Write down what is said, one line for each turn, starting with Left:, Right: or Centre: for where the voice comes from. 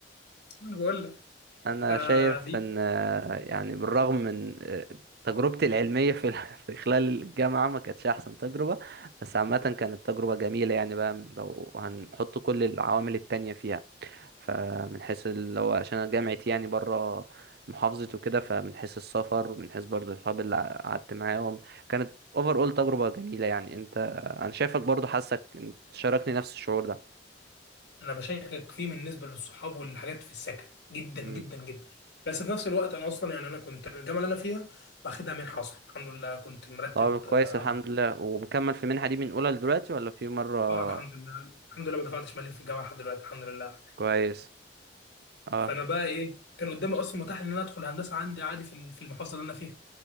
Left: <laughs> انا بقول لك
Right: انا
Left: آه
Right: شايف
Left: ليه؟
Right: ان آه، يعني بالرغم من آه، تجربتي العلميه في ال- <laughs> في خلال الجامعه ما كانتش احسن تجربه بس عامه كانت تجربه جميله يعني بقى لو هنحط كل العوامل التانية فيها فمن حيث اللي هو عشان انا جامعتي يعني بره محافظتي وكده فمن حيث السفر ومن حيث برضه الصحاب اللي قعدت معاهم كانت اوفر اول تجربه جميله يعني انت آه، انا شايفك برضه حاسك انت شاركني نفس الشعور
Left: انا بشكك فيه بالنسبه للصحاب والحاجات في السكن جدا
Right: ده
Left: جدا جدا بس في نفس الوقت انا اصلا يعني انا كنت الجامعه اللي انا فيها واخدها منحه اصلا الحمد لله كنت مرتب
Right: طب كويس
Left: اه عن-
Right: الحمد لله ومكمل في المنحة دي من أولى لدلوقتي ولا في مرة
Left: آه، الحمد لله الحمد لله ما دفعتش مليم في الجامعه لحد دلوقتي الحمد لله
Right: كويس اه
Left: فانا بقى ايه كان قدامي اصلا متاح ان انا ادخل هندسه عندي عادي في ال- في المحافظه اللي انا فيها